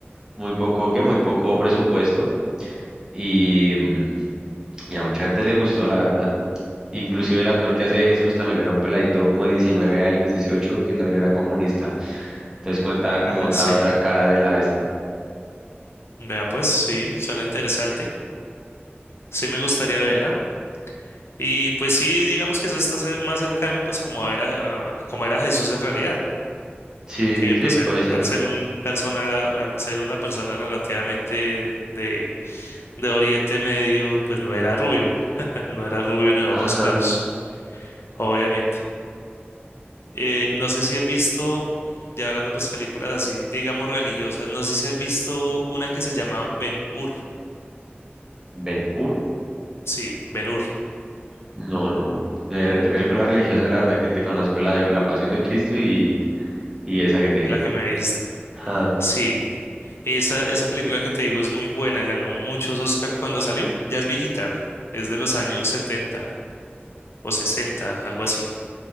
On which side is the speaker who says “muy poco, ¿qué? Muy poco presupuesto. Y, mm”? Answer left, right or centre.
Right